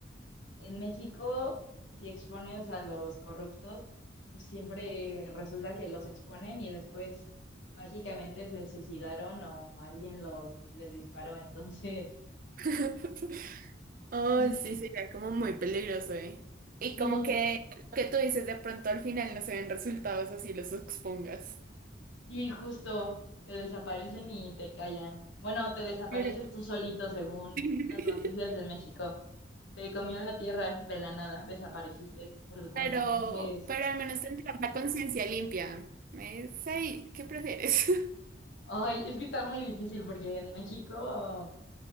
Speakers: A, on the left (about 80°); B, on the right (about 50°).
A: en México, si expones a los corruptos, siempre resulta que los exponen y después mágicamente se suicidaron o alguien los les disparó. Entonces,
B: <laughs> Oh,
A: <laughs> mm,
B: sí, sería como muy peligroso, ¿eh? Y
A: sí,
B: como que lo que tú dices, de pronto al final no se ven resultados así los expongas.
A: sí, justo te desaparecen y te callan. Bueno, te desapareces
B: Pero,
A: tú solito según
B: <laughs>
A: las noticias de México. Te comió la tierra de la nada, desapareciste por tu cuenta.
B: pero,
A: Entonces,
B: pero al menos tendrás la conciencia limpia. ¿Me dice, "Ay, ¿qué prefieres? <laughs>
A: ay, es que está muy difícil porque en México